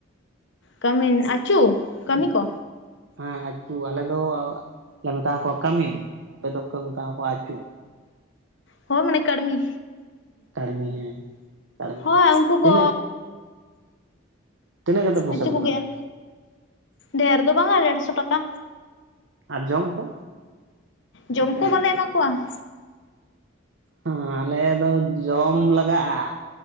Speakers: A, on the left; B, on the right.
A: ᱠᱟᱹᱢᱤᱱ ᱟᱹᱪᱩ ᱠᱟᱹᱢᱤ ᱠᱚ
B: ᱦᱮᱸ ᱟᱪᱩ ᱟᱞᱮ ᱫᱚ ᱢᱮᱛᱟ ᱠᱚᱣᱟ ᱠᱟᱹᱢᱤᱱ ᱟᱯᱮ ᱫᱚᱠᱚ ᱢᱮᱛᱟ ᱠᱚᱣᱟ ᱟᱹᱪᱩ
A: ᱦᱳ ᱢᱟᱱᱮ ᱠᱟᱹᱲᱢᱤ
B: ᱠᱟᱹᱲᱢᱤ ᱦᱮᱸ ᱠᱟᱲᱢᱤ
A: ᱦᱳᱭ ᱩᱱᱠᱩ
B: ᱛᱤᱱᱟᱹᱜ
A: ᱠᱚᱻ
B: ᱛᱤᱱᱟᱹᱜ ᱠᱟᱛᱮ ᱯᱚᱭᱥᱟ
A: ᱟᱹᱪᱩ
B: ᱯᱮ
A: ᱠᱚᱜᱮᱞ
B: ᱮᱢᱟ ᱠᱚᱣᱟ
A: ᱰᱷᱮᱨ ᱫᱚ ᱵᱟᱝᱼᱟ, ᱰᱮᱹᱲᱥᱚ ᱴᱟᱠᱟ᱾
B: ᱟᱨ ᱡᱚᱢ ᱠᱚ?
A: ᱡᱚᱢ ᱠᱚ ᱵᱟᱞᱮ ᱮᱢᱟ ᱠᱚᱣᱟ ᱾
B: ᱦᱚᱸᱟᱞᱮ ᱫᱚ ᱡᱚᱢ ᱞᱟᱜᱟᱜᱼᱟ᱾